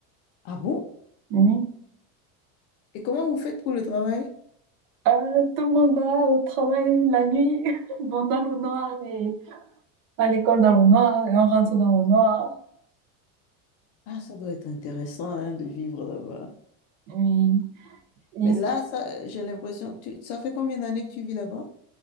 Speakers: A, on the left; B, on the right.
A: Ah bon?
B: Oui.
A: Et comment vous faites pour le travail?
B: Euh, tout le monde va au travail la nuit, <laughs> bon, dans le noir, et à l'école dans le noir, et on rentre dans le noir.
A: Ah, ça doit être intéressant hein, de vivre là-bas.
B: Oui, Oui,
A: Mais là,
B: c'est-
A: ça, j'ai l'impression, tu- ça fait combien d'années que tu vis là-bas?